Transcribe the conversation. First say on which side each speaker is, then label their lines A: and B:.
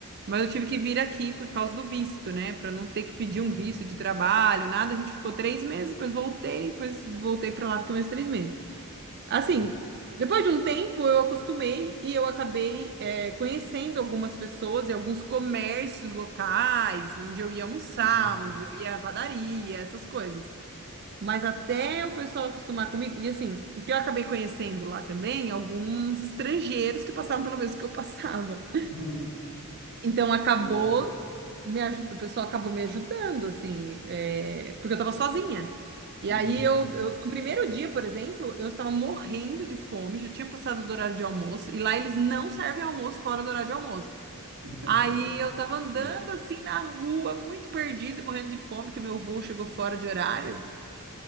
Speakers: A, on the right; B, on the right.
A: Mas eu tive que vir aqui por causa do visto, né? Para não ter que pedir
B: Aham,
A: um visto de trabalho, nada. A gente ficou três meses, depois voltei, depois voltei para lá, fiquei mais três meses. Assim,
B: legal.
A: depois de um tempo eu acostumei e eu acabei é, conhecendo algumas pessoas e alguns comércios locais, onde eu ia almoçar,
B: Uhum.
A: onde eu ia à padaria, essas coisas. Mas até o pessoal acostumar comigo, e assim, o que eu acabei conhecendo lá também, alguns estrangeiros que passavam pelo mesmo que eu <laughs> passava.
B: <laughs>
A: Então acabou
B: Que legal.
A: me ajudando, o pessoal acabou me ajudando, assim, é, porque eu estava sozinha. E
B: Uhum.
A: aí eu, eu- no primeiro dia, por exemplo, eu estava morrendo de fome, já tinha passado do horário de almoço, e lá eles não servem almoço fora do horário de almoço.
B: <laughs>
A: Aí eu estava andando
B: Sim.
A: assim na rua, muito perdida, morrendo de fome, que meu voo chegou fora de horário.